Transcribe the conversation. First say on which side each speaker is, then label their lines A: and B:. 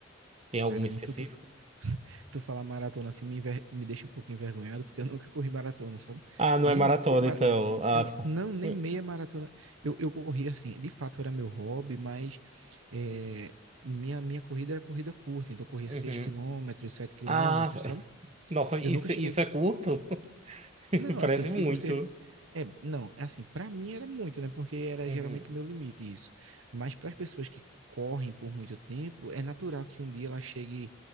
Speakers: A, on the right; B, on the right.
A: Tem alguma
B: Caramba,
A: específica?
B: tu, tu, <laughs> Tu falar maratona assim me, enver- me deixa um pouco envergonhado, porque eu nunca corri maratona, sabe?
A: Ah, não
B: Nem
A: é maratona,
B: meia mara...
A: então. Ah,
B: é,
A: tá.
B: não, nem
A: Hum,
B: meia maratona. Eu, eu corri assim, de fato era meu hobby, mas é, minha, minha corrida era corrida curta, então eu corria
A: Uhum.
B: 6 quilômetros, sete quilômetros,
A: Ah,
B: sabe?
A: <laughs> nossa, isso,
B: Eu nunca cheguei
A: isso é curto? <laughs>
B: não,
A: Parece
B: assim, se
A: muito.
B: você. É, não, é assim, pra mim era muito, né? Porque era
A: Uhum.
B: geralmente o meu limite isso. Mas para as pessoas que correm por muito tempo, é natural que um dia ela chegue